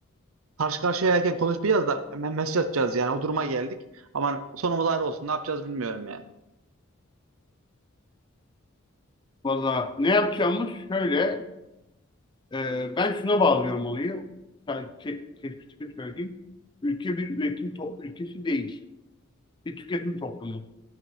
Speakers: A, on the right; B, on the left.
A: karşı karşıyayken konuşmayacağız da hemen mesaj atacağız yani o duruma geldik. Ama sonumuz ayrı olsun ne yapacağız bilmiyorum yani.
B: Valla ne yapacağımız şöyle, e, ben şuna bağlıyorum olayı, yani te tespitimi söyleyeyim. Ülke bir üretim to- ülkesi değil, bir tüketim toplumu.